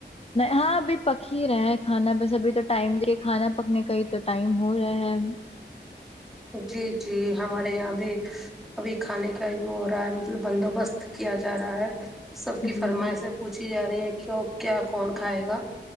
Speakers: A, on the left; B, in the centre.
A: ہاں ابھی پک ہی رہے ہے کھانا بس ابھی تو ٹائم د کھانا پکنے کا ہی تو ٹائم ہو رہا ہے
B: جی جی ہمارے یہاں بھیہ ابھی کھانے کا وہ ہو رہا ہے مطلب بندوبست کیا جا رہا ہے سب کی
A: جی
B: فرمائش سے پوچھی جا رہی ہیں کی کیا کون کھائے گا